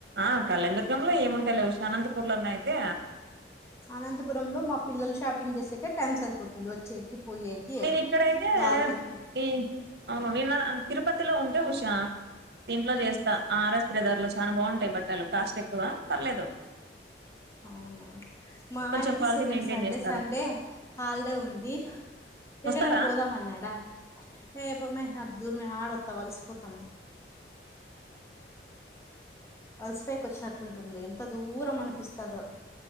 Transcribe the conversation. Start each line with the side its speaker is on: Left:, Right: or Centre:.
Right: ఆ కళ్యాణ దర్గంలో ఏముంటాయ్లే ఉశానంతపూర్ లో అన్నాయితే
Left: అనంతపురం లో మా పిల్లలు షాపింగ్ చేసేకి టైం సరిపోతుంది వచ్చేకి పోయేకి
Right: నేను ఇక్కడైతే
Left: వాళ్ళు వెతికి
Right: ఈ అవును నిన్న తిరుపతిలో ఉంటే ఉష దీంట్లో చేస్తా
Left: ఉమ్
Right: ఆర్ఎస్ వెళ్ళే దారులో చానా బాగుంటాయి బట్టలు కాస్ట్ ఎక్కువ పర్లేదు
Left: అవునా మా
Right: కొంచెం
Left: ఆయనకి
Right: క్వాలిటీ
Left: సెకండ్
Right: మెయింటైన్
Left: సాటర్డే
Right: చేస్తారు
Left: సండే హాలిడే ఉంది ఎక్కడైనా
Right: వస్తారా
Left: పోదాం అన్నాడా ఏ పొమ్మే అంత దూరమే యాడొత్తావ్ అలసిపోతాం అలసిపొయేకి వచ్చినట్లుంటుంది ఎంత దూరం అనిపిస్తుందో